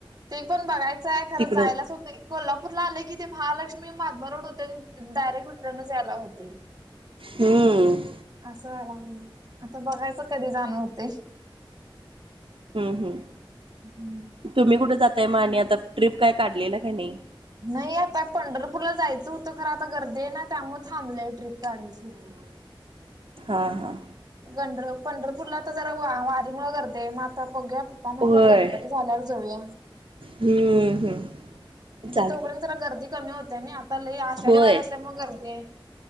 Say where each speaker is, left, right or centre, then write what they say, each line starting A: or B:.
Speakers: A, on the right (about 45°); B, on the right (about 75°).
A: ते पण बघायचं आहे खरं
B: तिकड
A: जायलाच होत नाही. कोल्हापूरला आले कि ते महालक्ष्मी, महात्बा रोड होते आणि डायरेक्ट रिटनच यायला होतय.
B: हमम.
A: असं व्हायला लागलंय आता बघायचं कधी जाणं होतय.
B: हमम हम.
A: हमम.
B: तुम्ही कुठे जाताय म आणि आता ट्रिप काय काढलेलं का नाही?
A: नाही आता पंढरपूरला जायचं होतं खरं आता गर्दी आहे ना त्यामुळे थांबलंय ट्र्रीप काढायची होती.
B: हां हा..
A: गंढर पंढरपूरला तर जरा वारीमुळे गर्दी ये मग आता बघुया पप्पा म्हणतात
B: होय
A: गणपती झाल्यावर जाऊया.
B: हम्म हम्म
A: म्हणजे
B: चालते
A: तोपर्यंत ना गर्दी कमी होतेय ना आता लई आषाढी
B: होय
A: वऱ्या असल्यामुळे गर्दीये.